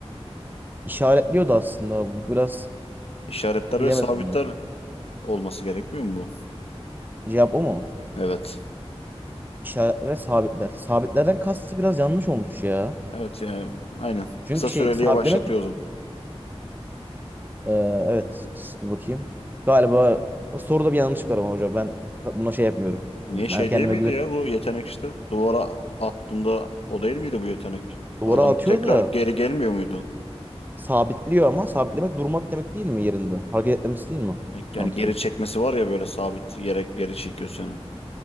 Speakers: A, on the right; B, on the left.
A: İşaretliyordu aslında. Bu Biraz
B: İşaretler
A: bilemedim
B: ve sabitler
A: bunu.
B: olması gerekmiyor mu bu?
A: Cevap o mu?
B: Evet.
A: İşaretler ve sabitler. Sabitlerden kastı biraz yanlış olmuş ya.
B: Evet yani aynen.
A: Çünkü
B: Kısa süreli
A: şey sabitlemek
B: yavaşlatıyordum.
A: e, evet dur bakayım. Galiba soruda bir yanlışlık var ama hocam ben buna şey yapmıyorum.
B: Niye
A: Ben
B: şey
A: kendime
B: değil miydi
A: güveniyorum.
B: ya bu yetenek işte? Duvara attığında o değil miydi bu yetenek? Adam
A: Duvara atıyor
B: tekrar
A: da
B: geri gelmiyor muydu?
A: sabitliyor ama sabitlemek durmak demek değil mi yerinde? Hareket etmemesi değil mi?
B: Yani
A: Mantıklı.
B: geri çekmesi var ya böyle sabit yere geri çekiyor seni.